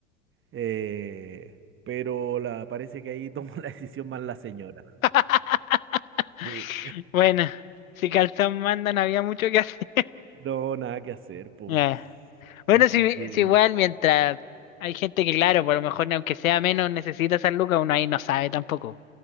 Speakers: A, on the right; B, on the left.
A: Eh, pero la, parece que ahí tomó <laughs> la decisión más la señora.
B: <laughs>
A: Sí,
B: Bueno, si calzón manda, no había mucho que hacer. <laughs>
A: no, nada que hacer, pues.
B: Ya. Bueno,
A: Así
B: si,
A: que
B: si igual mientras hay gente que, claro, por lo mejor aunque sea menos necesita San Lucas, uno ahí no sabe tampoco.